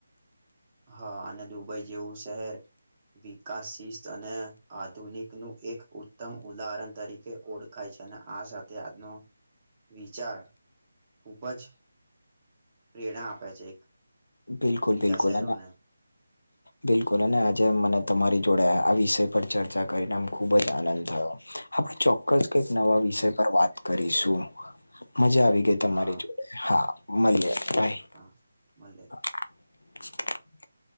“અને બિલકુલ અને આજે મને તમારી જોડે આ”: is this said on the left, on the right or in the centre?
Left